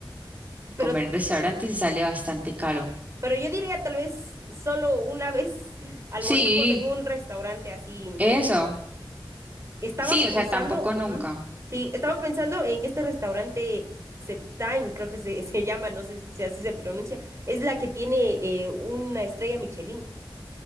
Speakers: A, on the right (about 35°); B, on the right (about 20°).
A: pero,
B: Comer en restaurantes sí sale bastante caro.
A: pero yo diría tal vez solo una vez <laughs> almorzamos
B: Sí,
A: en un restaurante así.
B: eso.
A: Estaba
B: Sí,
A: pensando,
B: o sea, tampoco nunca.
A: ujú, Sí, estaba pensando en este restaurante Septime, creo que se, <laughs> se llama, no sé si así se pronuncia. Es la que tiene eh, una estrella Michelin,